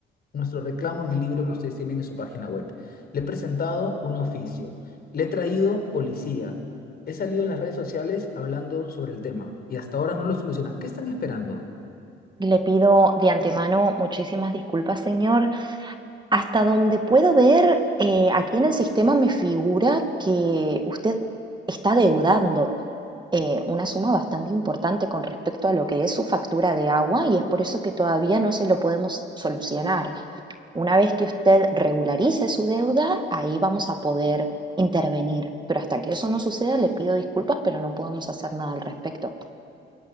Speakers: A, on the left (about 50°); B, on the right (about 20°).
A: nuestro reclamo en el libro que ustedes tienen en su página web. Le he presentado un oficio. Le he traído policía. He salido en las redes sociales hablando sobre el tema y hasta ahora no lo solucionan. ¿Qué están esperando?
B: Le pido de antemano muchísimas disculpas, señor. Hasta donde puedo ver, eh, aquí en el sistema me figura que usted está deudando eh, una suma bastante importante con respecto a lo que es su factura de agua y es por eso que todavía no se lo podemos solucionar. Una vez que usted regularice su deuda, ahí vamos a poder intervenir. Pero hasta que eso no suceda, le pido disculpas, pero no podemos hacer nada al respecto.